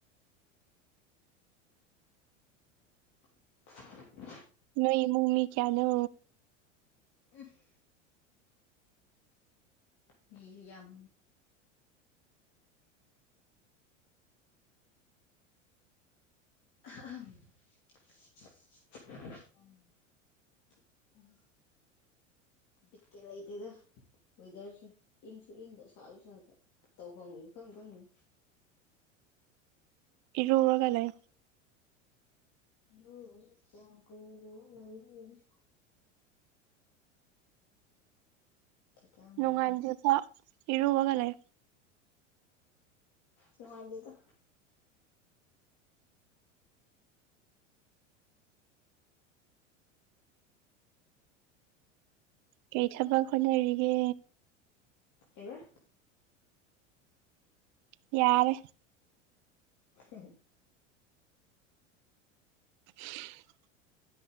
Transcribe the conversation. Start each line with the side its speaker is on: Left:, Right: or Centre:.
Left: <inaudible>
Right: ꯅꯣꯏ ꯏꯃꯨꯡ ꯃꯤ ꯀꯌꯥꯅꯣ
Left: <unintelligible> ꯃꯤꯖꯦ ꯌꯥꯝ <unintelligible> ꯑꯣ ꯕꯤꯠꯀ ꯂꯩꯇꯦꯗ ꯋꯦꯗꯔꯁꯦ ꯏꯪꯁꯨ ꯏꯪꯗꯦ ꯁꯥꯁꯨ ꯁꯥꯗꯥ ꯇꯧꯐꯝꯒ ꯏꯈꯪ ꯈꯪꯗꯦ
Right: ꯏꯔꯨꯔꯒ ꯂꯩ
Left: ꯏꯔꯨꯕꯖꯨ ꯀꯌꯥꯝ ꯀꯨꯏꯅ ꯂꯨꯔ ꯂꯩꯅꯦꯒꯦ ꯀꯩꯀꯥꯟꯅꯕꯗ
Right: ꯅꯣꯡꯉꯥꯟꯗ꯭ꯔꯤꯐꯥꯎ ꯏꯔꯨꯋꯒ ꯂꯩ
Left: ꯅꯨꯡꯉꯥꯟꯗꯦꯗ
Right: ꯀꯩ ꯊꯕꯛ ꯍꯣꯠꯅꯔꯤꯒꯦ
Left: ꯑꯦꯕ
Right: ꯌꯥꯔꯦ
Left: <unintelligible>
Right: <unintelligible>